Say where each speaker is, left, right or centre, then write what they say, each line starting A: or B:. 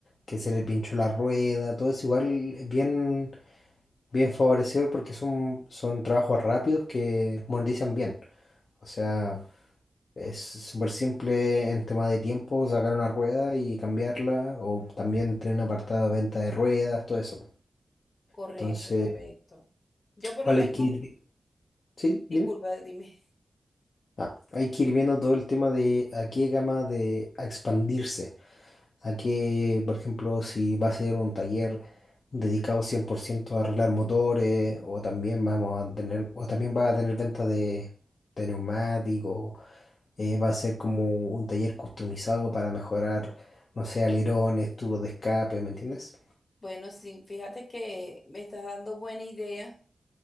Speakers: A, on the left (about 65°); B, on the left (about 45°).
A: que se le pinchó la rueda, todo eso igual es bien, bien favorecedor porque son, son trabajos rápidos que monetizan bien. O sea, es súper simple en tema de tiempo sacar una rueda y cambiarla, o también tener un apartado de venta de ruedas, todo eso.
B: Correcto,
A: Entonces,
B: correcto. Yo por
A: ¿cuál
B: lo menos,
A: hay que ir? vi- Sí, dime.
B: disculpa, dime.
A: Ah, hay que ir viendo todo el tema de a qué gama de a expandirse, a qué, por ejemplo, si va a ser un taller dedicado 100% a arreglar motores, o también vamos a tener, o también va a tener venta de, de neumáticos Eh, va a ser como un taller customizado para mejorar, no sé, alerones, tubos de escape, ¿me entiendes?
B: Bueno, sí, fíjate que me estás dando buena idea.